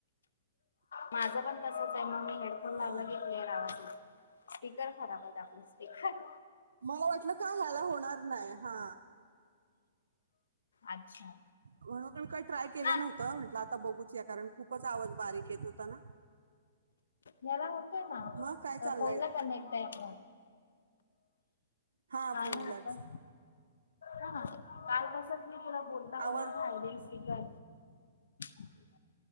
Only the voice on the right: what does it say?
हा
मला वाटलं का ह्याला होणार नाही हा
म्हणून म काय ट्राय केलं
नव्हतं म्हटलं आता बघूच या कारण खूपच आवाज बारीक येत होता ना.
मग काय चाललंय
हा
फोनलाच
आवर